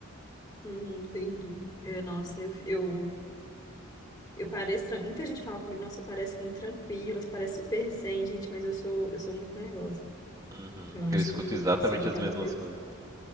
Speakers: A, on the left (about 20°); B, on the right (about 15°).
A: uhum, entendi. É, nossa, eu, eu, eu pareço. tran- Muita gente fala comigo, nossa, você parece muito tranquila, você parece super zen, gente, mas eu sou, eu sou muito nervosa.
B: Uhum.
A: Eu acho
B: Eu escuto
A: que
B: exatamente
A: eu seria aquela
B: as mesmas
A: pessoa.
B: coisas.